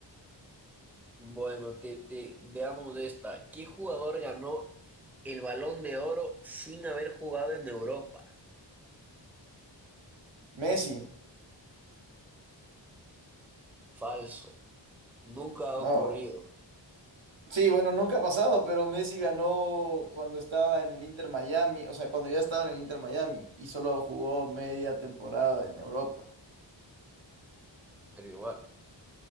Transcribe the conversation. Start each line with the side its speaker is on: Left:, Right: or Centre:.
Centre: Bueno, te, te- veamos esta. ¿Qué jugador ganó el Balón de Oro sin haber jugado en Europa?
Right: Messi,
Centre: Falso. Nunca ha
Right: no.
Centre: ocurrido.
Right: Sí, bueno, nunca ha pasado, pero Messi ganó cuando estaba en el Inter Miami, o sea, cuando ya estaba en el Inter Miami y solo jugó media temporada en Europa.
Centre: Pero igual,